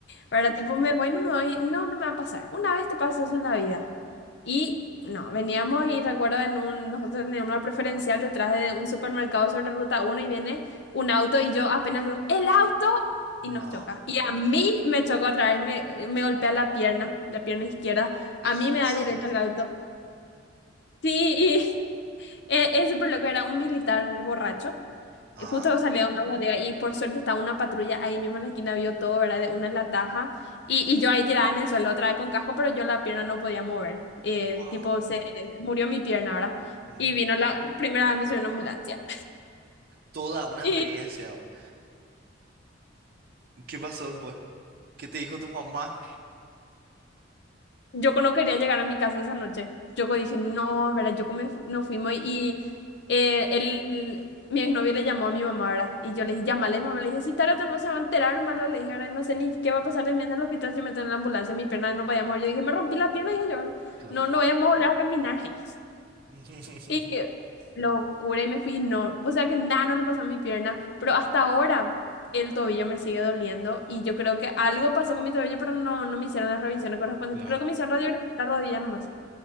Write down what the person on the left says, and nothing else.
Para tipo, me voy, no me voy, no, no me va a pasar. Una vez te pasó eso en la vida. Y no, veníamos y recuerdo en un, nosotros teníamos una preferencial detrás de un supermercado sobre ruta uno y viene un auto y yo apenas le digo, ¡el auto! Y nos
choca. Y a mí me choca otra vez, me, me golpea la pierna, la pierna izquierda.
A mí me da
directo el auto. Sí, y <laughs> eh, es súper loco, era un militar borracho.
Justo salía de una bodega y por suerte estaba una patrulla ahí mismo en la esquina, vio todo, ¿verdad? De una en la taja. Y, y yo ahí tirada en el suelo otra vez con casco, pero yo la pierna no podía mover. Eh,
tipo, se murió mi pierna, ¿verdad?
Y vino la primera vez me subió una ambulancia.
<laughs>
Yo no quería llegar a mi casa esa noche. Yo dije, no, ¿verdad? Yo me fu- nos fuimos y eh, él, mi exnovio le llamó a mi mamá, ¿verdad? Y yo le dije, llámale, mamá. Le dije, si tarde o temprano se va a enterar, nomás lo Le dije, ahora no sé ni qué va a pasar de mí en el hospital si me tengo en la ambulancia, mi pierna no vaya a mover. Yo dije, me rompí la pierna, dije yo, ¿verdad?
No, no vayamos a volver a caminar. <laughs> hey".
Y locura, y me fui, y no, o sea que nada, no le pasó a mi pierna, pero hasta ahora el tobillo me sigue doliendo y yo creo que algo pasó con mi tobillo, pero no, no me hicieron las revisiones correspondientes,
creo que me hicieron radiografía en la rodilla nomás.